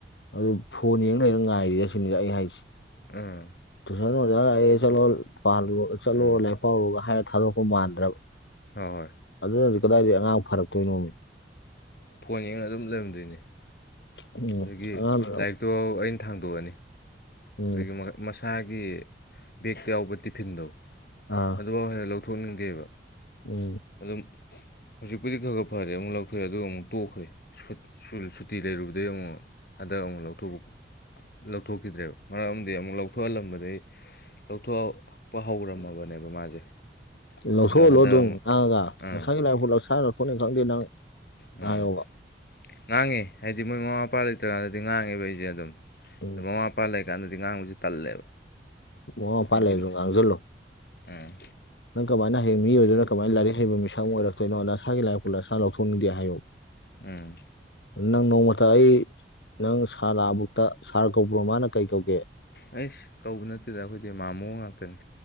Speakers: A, on the left (about 80°); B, on the left (about 55°).
A: ꯑꯗꯨꯝ ꯐꯣꯟ ꯌꯦꯡ ꯂꯩꯔꯒ ꯉꯥꯏꯔꯤꯔ ꯁꯤꯅꯤꯗ ꯑꯩ ꯍꯥꯏꯁꯦ
B: ꯎꯝ
A: ꯇꯨꯏꯁꯟ ꯑꯣꯖꯥ ꯒꯥꯏꯖꯦ ꯆꯠꯂꯣ ꯄꯥꯍꯜꯂꯨꯔꯣ ꯆꯠꯂꯣ
B: ꯑꯥ ꯍꯣꯏ
A: ꯂꯥꯏꯔꯤꯛ ꯄꯥꯎꯔꯣꯒ ꯍꯥꯏꯔ ꯊꯥꯗꯣꯔꯛꯄ ꯃꯥꯟꯗ꯭ꯔꯕ
B: ꯍꯣ ꯍꯣꯏ
A: ꯑꯗꯨꯅꯗꯤ ꯀꯗꯥꯏꯗꯤ ꯑꯉꯥꯡ ꯐꯔꯛꯇꯣꯏꯅꯣꯃꯦ
B: ꯐꯣꯟ ꯌꯦꯡ ꯑꯗꯨꯝ ꯂꯩꯔꯝꯗꯣꯏꯅꯦ
A: ꯎꯝ
B: ꯑꯗꯒꯤ
A: ꯑꯉꯥꯡꯗꯨꯅ
B: ꯂꯥꯏꯔꯤꯛꯇꯣ ꯑꯩꯅ ꯊꯥꯡꯗꯣꯛꯑꯅꯤ
A: ꯎꯝ
B: ꯑꯗꯒꯤ ꯃꯁꯥꯒꯤ ꯕꯦꯛꯇ ꯌꯥꯎꯕ ꯇꯤꯐꯤꯟꯗꯣ
A: ꯑ
B: ꯑꯗꯨꯐꯥꯎ ꯍꯦꯛ ꯂꯧꯊꯣꯛꯅꯤꯡꯗꯦꯕ
A: ꯎꯝ
B: ꯑꯗꯨꯝ ꯍꯧꯖꯤꯛꯄꯨꯗꯤ ꯈꯔ ꯈꯔ ꯐꯔꯦ ꯑꯃꯨꯛ ꯂꯧꯊꯣꯛꯑꯦ ꯑꯗꯨꯒ ꯑꯃꯨꯛ ꯇꯣꯛꯈ꯭ꯔꯦ ꯁꯨ ꯁꯨꯇꯤ ꯂꯩꯔꯨꯕꯗꯒꯤ ꯑꯃꯨꯛ ꯍꯟꯗꯛ ꯑꯃꯨꯛ ꯂꯧꯊꯣꯛ ꯂꯧꯊꯣꯛꯈꯤꯗ꯭ꯔꯦꯕ ꯃꯔꯛ ꯑꯃꯗꯤ ꯑꯃꯨꯛ ꯂꯧꯊꯣꯛꯍꯜꯂꯝꯕꯗꯒꯤ ꯂꯧꯊꯣꯛꯄ ꯍꯧꯔꯝꯃꯕꯅꯦꯕ ꯃꯥꯁꯦ
A: ꯂꯧꯊꯣꯛꯍꯜꯂꯣ
B: ꯑꯗꯣ ꯍꯟꯗꯛ
A: ꯑꯗꯨꯝ
B: ꯑꯃꯨꯛ
A: ꯉꯥꯡꯉꯒ
B: ꯑꯥ
A: ꯅꯁꯥꯒꯤ ꯂꯥꯏꯔꯤꯛ ꯐꯧ ꯅꯁꯥꯅ ꯂꯧꯊꯣꯛꯅꯤ ꯈꯪꯗꯦ ꯅꯪ
B: ꯎꯝ
A: ꯍꯥꯥꯏꯌꯣꯕ
B: ꯉꯥꯡꯉꯦ ꯍꯥꯏꯗꯤ ꯃꯣꯏ ꯃꯃꯥ ꯃꯄꯥ ꯂꯩꯇ꯭ꯔꯀꯥꯟꯗꯗꯤ ꯉꯥꯡꯉꯦꯕ ꯑꯩꯁꯦ ꯑꯗꯨꯝ
A: ꯎꯝ
B: ꯃꯃꯥ ꯃꯄꯥ ꯂꯩ ꯀꯀꯥꯟꯗꯗꯤ ꯉꯥꯡꯕꯁꯤ ꯇꯜꯂꯦꯕ
A: ꯃꯃꯥ ꯃꯄꯥ
B: ꯍꯥꯏꯗꯤ
A: ꯂꯩꯔꯁꯨ ꯉꯥꯡꯖꯜꯂꯣ
B: ꯎꯝ
A: ꯅꯪ ꯀꯃꯥꯏꯅ ꯍꯌꯦꯡ ꯃꯤ ꯑꯣꯏꯗꯣꯏꯅꯣ ꯀꯃꯥꯏ ꯂꯥꯏꯔꯤꯛ ꯍꯩꯕ ꯃꯤꯁꯛ ꯑꯃ ꯑꯣꯏꯔꯛꯇꯣꯏꯅꯣ ꯅꯁꯥꯒꯤ ꯂꯥꯏꯔꯤꯛꯐꯧ ꯅꯁꯥꯅ ꯂꯧꯊꯣꯛꯅꯤꯡꯗꯦ ꯍꯥꯏꯌꯨ
B: ꯎꯝ
A: ꯅꯪ ꯅꯣꯡꯃꯇ ꯑꯩ ꯅꯪ ꯁꯥꯔ ꯂꯥꯛꯑꯕꯨꯨꯛꯇ ꯁꯥꯔ ꯀꯧꯕ꯭ꯔꯣ ꯃꯥꯅ ꯀꯩ ꯀꯧꯒꯦ
B: ꯑꯩꯁ ꯀꯧꯕ ꯅꯠꯇꯦꯗ ꯑꯩꯈꯣꯏꯗꯤ ꯃꯥꯃꯣ ꯉꯥꯛꯇꯅꯤ